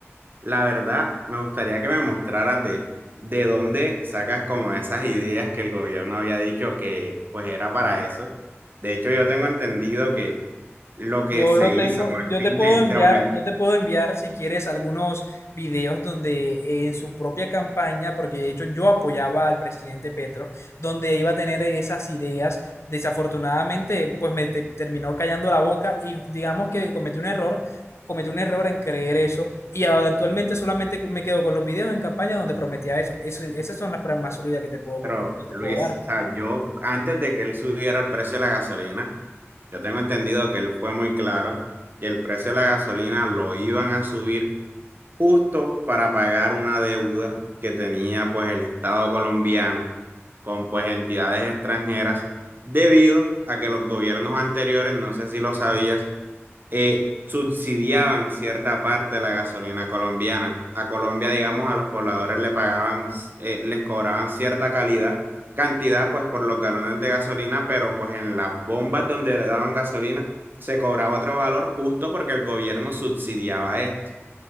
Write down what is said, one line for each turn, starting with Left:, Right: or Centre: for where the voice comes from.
Right: La verdad, me gustaría que me mostraras de, de dónde sacas como esas ideas que el gobierno había dicho que pues era para eso. De hecho, yo tengo entendido que lo que
Left: Yo
Right: se
Left: lo
Right: hizo
Left: tengo,
Right: con el
Left: yo
Right: fin
Left: te puedo
Right: de, de
Left: enviar,
Right: aumentar,
Left: yo te puedo enviar si quieres algunos videos donde eh, en su propia campaña, porque de hecho yo apoyaba al presidente Petro, donde iba a tener esas ideas. Desafortunadamente, pues me te- terminó callando la boca y digamos que cometí un error, cometí un error en creer eso y actualmente solamente me quedo con los videos en campaña donde prometía eso. Eso- esas son las pruebas más sólidas que te puedo,
Right: pero
Left: con- que te
Right: Luis,
Left: puedo dar.
Right: o sea, yo antes de que él subiera el precio de la gasolina, yo tengo entendido que él fue muy claro que el precio de la gasolina lo iban a subir justo para pagar una deuda que tenía pues el Estado colombiano con pues entidades extranjeras debido a que los gobiernos anteriores, no sé si lo sabías, eh, subsidiaban cierta parte de la gasolina colombiana. A Colombia, digamos, a los pobladores le pagaban, eh, les cobraban cierta calidad, cantidad pues por los galones de gasolina, pero pues en las bombas donde le daban gasolina se cobraba otro valor justo porque el gobierno subsidiaba esto